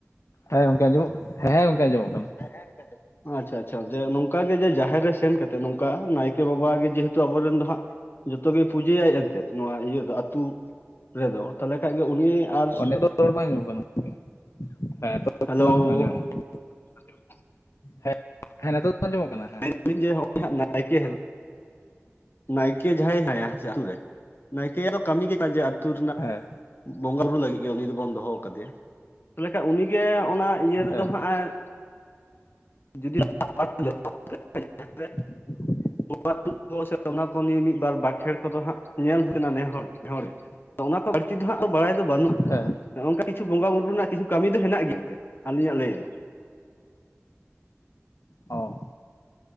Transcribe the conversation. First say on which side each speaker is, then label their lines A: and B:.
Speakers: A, on the left; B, on the left.
A: ᱦᱮᱸ ᱜᱚᱝᱠᱮ ᱟᱸᱡᱚᱢᱚᱜ ᱠᱟᱱᱟ ᱦᱮᱸ ᱜᱚᱝᱠᱮ ᱟᱸᱡᱚᱢᱚᱜ ᱠᱟᱱᱟ᱾
B: ᱦᱮᱸᱦᱮᱸ ᱟᱪᱪᱷᱟ ᱟᱪᱪᱷᱟ ᱡᱮ ᱱᱚᱝᱠᱟ ᱜᱮ ᱡᱮ ᱡᱟᱦᱮᱨ ᱨᱮ ᱥᱮᱱ ᱠᱟᱛᱮ ᱱᱚᱝᱠᱟ ᱱᱟᱭᱠᱮ ᱵᱟᱵᱟ ᱵᱟ ᱜᱮ ᱡᱮᱦᱮᱛᱩ ᱟᱵᱚᱨᱮᱱ ᱫᱚ ᱦᱟᱸᱜ ᱡᱚᱛᱚᱜᱮ ᱯᱩᱡᱟᱹᱭᱟᱭ ᱮᱱᱛᱮᱫ ᱱᱚᱣᱟ ᱤᱭᱟᱹ ᱫᱚ ᱟᱹᱛᱩ ᱨᱮᱫᱚ ᱛᱟᱦᱚᱞᱮ ᱠᱷᱟᱱᱡ ᱜᱮ ᱩᱱᱤ ᱟᱨ
A: ᱱᱤᱛᱚᱜ ᱨᱚᱲ ᱵᱟᱭ ᱟᱡᱚᱢᱚᱜ ᱠᱟᱱᱟ ᱦᱮᱸ ᱱᱤᱛᱚᱜ ᱠᱳᱡᱛᱟᱞᱟᱝ
B: ᱦᱮᱞᱳ
A: ᱟᱸᱡᱚᱢᱚᱜ <inaudible>
B: <inaudible>
A: ᱦᱮᱸ ᱦᱮᱸ ᱱᱤᱛᱚᱜ ᱫᱚ ᱟᱸᱡᱚᱢᱚᱜ ᱠᱟᱱᱟ
B: ᱟᱵᱤᱱ ᱡᱮ ᱦᱟᱸᱜ ᱱᱟᱭᱠᱮ <inaudible> ᱱᱟᱭᱠᱮ ᱡᱟᱦᱟᱸᱭ ᱦᱮᱱᱟᱭᱟ ᱟᱞᱮᱨᱮᱱ ᱱᱟᱭᱠᱮ ᱠᱟᱹᱢᱤ ᱜᱮ ᱟᱛᱳ ᱨᱮᱱᱟᱜ
A: ᱦᱮᱸ
B: ᱵᱚᱸᱜᱟ ᱵᱩᱨᱩ ᱞᱟᱹᱜᱤᱫ ᱜᱮ ᱩᱱᱤ ᱫᱚᱵᱚᱱ ᱫᱚᱦᱚ ᱠᱟᱫᱮᱭᱟ ᱛᱟᱦᱚᱞᱮ ᱠᱷᱟᱱ ᱩᱱᱤᱜᱮ ᱚᱱᱟ ᱤᱭᱟᱹ ᱨᱮᱫᱚ
A: ᱦᱮᱸ
B: ᱦᱟᱸᱜ ᱡᱩᱫᱤ <unintelligible>
A: <inaudible>
B: ᱵᱳᱝᱜᱟ ᱛᱩᱛ ᱠᱚ ᱥᱮ ᱚᱱᱟ ᱠᱚ ᱱᱤᱭᱮ ᱢᱤᱫ ᱵᱟᱨ ᱵᱟᱸᱠᱷᱮᱲ ᱠᱚᱫᱚ ᱦᱟᱸᱜ ᱧᱮᱞ ᱦᱩᱭᱱᱟ ᱱᱮ ᱱᱮᱦᱚᱲ ᱛᱚ ᱚᱱᱟ ᱠᱚ ᱵᱟᱹᱲᱛᱤ ᱫᱚ ᱦᱟᱸᱜ ᱫᱚ ᱵᱟᱲᱟᱭ ᱫᱚ ᱵᱟᱹᱱᱩᱜ-ᱟᱜ
A: ᱦᱮᱸ
B: ᱱᱚᱝᱠᱟ ᱠᱤᱪᱷᱩ ᱵᱚᱸᱜᱟ ᱵᱩᱨᱩ ᱨᱮᱱᱟᱜ ᱠᱤᱪᱷᱩ ᱠᱟᱹᱢᱤ ᱫᱚ ᱦᱮᱱᱟᱜ ᱜᱮᱭᱟ ᱮᱱᱛᱮᱫ ᱟᱹᱞᱤᱧᱟᱜ ᱞᱟᱹᱭ ᱫᱚ
A: ᱚ